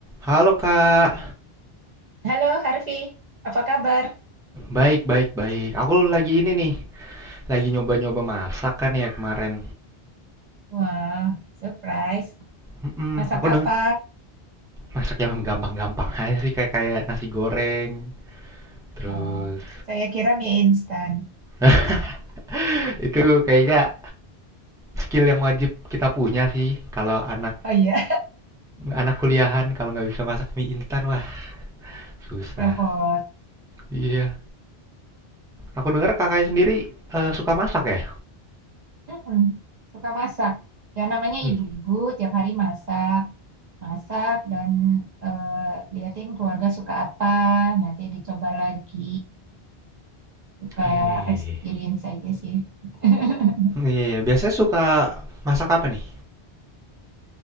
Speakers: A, in the centre; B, on the right.
A: Halo Kak,
B: Halo Harvey, apa kabar?
A: baik baik baik. Aku lagi ini nih, lagi nyoba-nyoba masak kan ya kemarin.
B: Wah, surprise.
A: Mm-mm,
B: Masak
A: aku denger
B: apa?
A: masak yang gampang-gampang aja sih kayak kayak nasi goreng. Terus
B: Oh, saya kira mie instan.
A: <laughs> itu kayaknya skill yang wajib kita punya sih kalau anak
B: Oh iya,
A: anak kuliahan kalau nggak bisa masak mie instan wah susah.
B: <laughs> repot.
A: Iya. Aku denger kakaknya sendiri eh, suka masak ya?
B: Mm-mm. Suka masak. Ya namanya
A: Wih.
B: ibu-ibu, tiap hari masak. Masak dan eh, liatin keluarga suka apa, nanti dicoba lagi. Suka
A: Eh.
B: experience aja sih. <laughs>
A: Iya, iya. Biasanya suka masak apa nih?